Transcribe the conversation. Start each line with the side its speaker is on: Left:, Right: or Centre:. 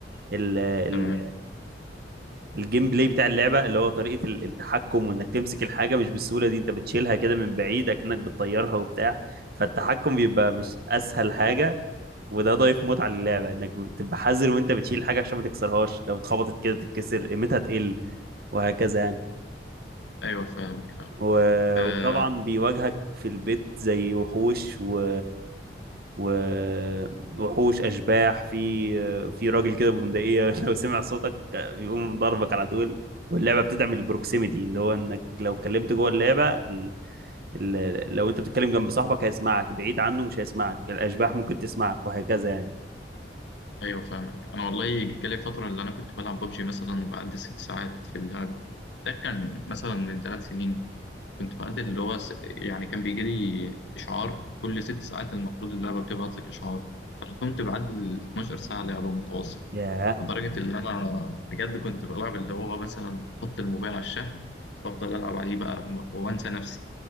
Right: ال ال
Left: تمام
Right: الجيم بلاي بتاع اللعبه اللي هو طريقه ال- التحكم وانك تمسك الحاجه مش بالسهوله دي انت بتشيلها كده من بعيد اكنك بتطيرها وبتاع فالتحكم بيبقى مش اسهل حاجه وده ضايف متعه للعبه انك تبقى حذر وانت بتشيل حاجه عشان ما تكسرهاش لو اتخبطت كده تتكسر قيمتها تقل وهكذا يعني
Left: ايوه فاهمك فاهم
Right: و-
Left: آه،
Right: وطبعا بيواجهك في البيت زي وحوش و... و... وحوش اشباح في في راجل كده ببندقيه <laughs> لو سمع صوتك بيقوم ضربك على طول واللعبه بتدعم البروكسيميتي اللي هو انك لو كلمت جوه اللعبه ال... ال... لو انت بتتكلم جنب صاحبك هيسمعك بعيد عنه مش هيسمعك الاشباح ممكن تسمعك وهكذا يعني
Left: ايوه فاهمك انا والله جالي فتره اللي انا كنت بلعب ببجي مثلا بعد ست ساعات في اللعب ده كان مثلا من ثلاث سنين كنت بعد اللي هو س... يعني كان بيجي لي اشعار كل ست ساعات المفروض اللعبه بتبعت لك اشعار انا كنت بعد ال 12 ساعه لعبه متواصل
Right: ياه
Left: لدرجة اللي أنا بجد كنت بلعب اللي هو مثلا أحط الموبايل على الشحن وأفضل ألعب عليه بقى م- وأنسى نفسي